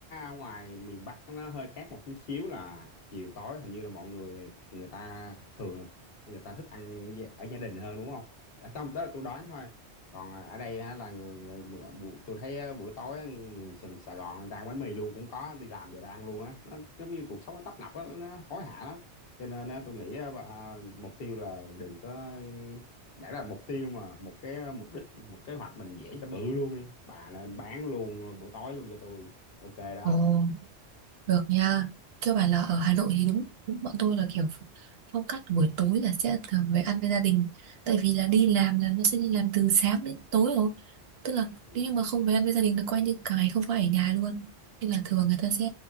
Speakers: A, on the left (about 60°); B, on the right (about 65°).
A: ở ngoài miền Bắc nó hơi khác một chút xíu là chiều tối hình như là mọi người người ta thường là người ta thích ăn gia- ở gia đình hơn đúng không? Tại không, đó là tôi đoán thôi. Còn ở đây á, là người, người, bữa- bữa- tôi thấy á, buổi tối á, người sừng Sài Gòn người ta ăn bánh mì luôn cũng có đi làm về ta ăn luôn á. Nó giống như cuộc sống nó tấp nập á, nó hối hả lắm. Cho nên á, tôi nghĩ á, bà- mục tiêu là đừng có đã là mục tiêu mà một cái ờ, mục đích một kế hoạch mình vẽ cho bự luôn đi bà nên bán luôn bữa tối luôn cho tôi ok đó
B: ồ Được nha. Cơ bản là ở Hà Nội thì đúng, đúng bọn tôi là kiểu phong cách buổi tối là sẽ thường về ăn với gia đình. Tại vì là đi làm là nó sẽ đi làm từ sáng đến tối rồi. Tức là
A: ừ.
B: nếu như mà không về ăn với gia đình là coi như cả ngày không phải ở nhà luôn. Nên là thường người ta sẽ